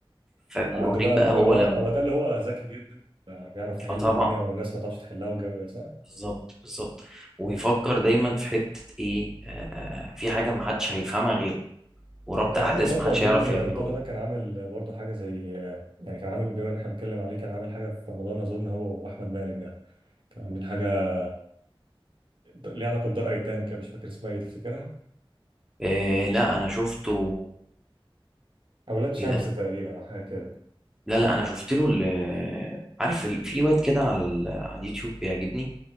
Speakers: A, in the centre; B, on the right.
A: فبيوريك
B: عنده بقى
A: بقى
B: ك-
A: هو
B: اه
A: لما
B: هو ده اللي هو ذكي جدا بيعرف يحل
A: اه طبعا
B: الدنيا والناس ما تعرفش تحلها والجو ده صح؟
A: بالظبط بالظبط ويفكر
B: هو
A: دايما في حتة ايه آه في حاجة محدش هيفهمها غيره وربط
B: وكان
A: احداث
B: عامل برضه
A: محدش
B: اظن
A: هيعرف يعمله
B: طه
A: غيره
B: ده كان عامل برضه حاجه زي يعني كان عامل بما ان احنا بنتكلم عليه كان عامل حاجه في رمضان اظن هو واحمد مالك ده كانوا عاملين حاجه ليها علاقه بدار ايتام كده مش فاكر اسمها ايه تفتكرها
A: آه لا انا شفته
B: اولاد شمس
A: ايه ده
B: تقريبا او حاجه كده
A: لا لا انا شفت له ال- عارف ال- في واد كده على ال- على اليوتيوب بيعجبني